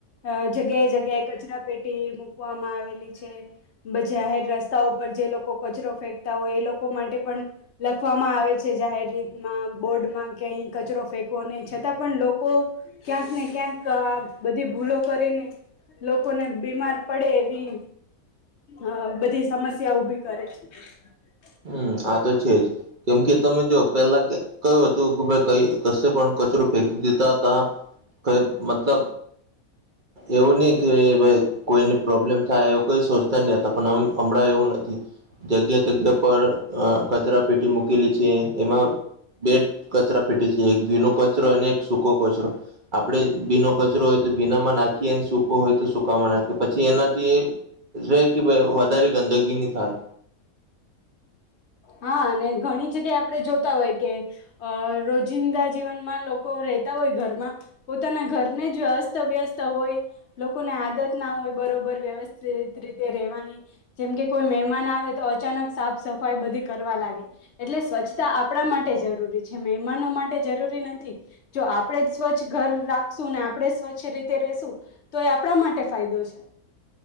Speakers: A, on the left; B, on the right.
A: અહ જગ્યાએ જગ્યાએ કચરા પેટી મુકવામાં આવેલી છે જાહેર રસ્તા પર જે લોકો કચરો ફેકતા હોય એ લોકો માટે પણ લખવામાં આવે છે જાહેર રીતમાં બોર્ડમાં ક્યાંય કચરો ફેંકવો નહી છતાં પણ લોકો ક્યાંક ને ક્યાંક આહ બધી ભૂલો કરીને લોકોને બીમાર પડે એવી અહ બધી સમસ્યા ઊભી કરે છે. હ
B: હમ્મ, આ તો છે જ. કેમ કે તમે જો પેલા કયું હતું કે ભાઈ કઈ કશે પણ કચરો ફેંકી દેતા હતા ક મતલબ એવું ની તે બઈ કોઈને પ્રોબ્લેમ થાય એવ કઈ સોચતા નહીં હોતા પણ હમ હમણાં એવું જતી જગ્યા જગ્યા પર આહ કચરા પેટી મૂકેલી છે, એમાં બેડ કચરા પેટી એક ભીનો કચરો અને એક સૂકો કચરો આપડે ભીનો કચરો હોય તો ભીનામાં નાખીએ, સૂકો હોય તો સૂકામાં નાખીએ. પછી એનાથી રહે કે વધારે ગંદગી ન થાય.
A: હા અને ઘણી જગ્યા આપડે જોતા હોય કે અ રોજિંદા જીવનમાં લોકો રહેતા હોય ઘરમાં પોતાના ઘરને જ અસ્ત વ્યસ્ત હોય લોકોને આદત ના હોય બરોબર વ્યવસ્થિત રીતે રેવાની. જેમ કે કોઈ મહેમાન આવે તો અચાનક સાફ સફાઈ બધી કરવા લાગે. એટલે સ્વચ્છતા આપણા માટે જરૂરી છે મહેમાનો માટે જરૂરી નથી. જો આપણે જ સ્વચ્છ ઘર રાખશું ને આપણે સ્વચ્છ રીતે રેશું તો એ આપણા માટે ફાયદો છે.